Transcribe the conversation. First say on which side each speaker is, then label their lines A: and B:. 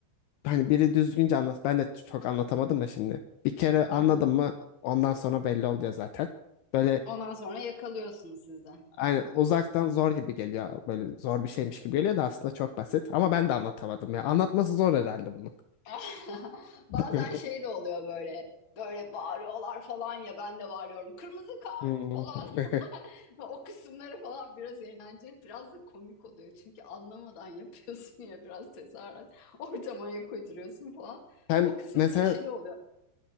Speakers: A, on the left; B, on the left.
A: hani biri düzgünce anlat. Ben de çok anlatamadım da şimdi. Bir kere anladım
B: Hı hı.
A: mı ondan sonra belli oluyor zaten. Böyle
B: Ondan sonra yakalıyorsunuz siz de.
A: Aynen uzaktan zor gibi geliyor. Böyle zor bir şeymiş gibi geliyor da aslında çok basit. Ama ben de anlatamadım ya. Anlatması zor herhalde bunu.
B: <laughs> Bazen
A: <laughs>
B: şey de oluyor böyle. Böyle bağırıyorlar falan ya ben de bağırıyorum. Kırmızı kart
A: Hmm.
B: falan.
A: <laughs>
B: <laughs> O kısımları falan biraz eğlenceli, biraz da komik oluyor. Çünkü anlamadan <laughs> yapıyorsun ya biraz tezahürat. <laughs> Ortama ayak uyduruyorsun falan.
A: Sen
B: O kısmı
A: mesela
B: neşeli oluyor.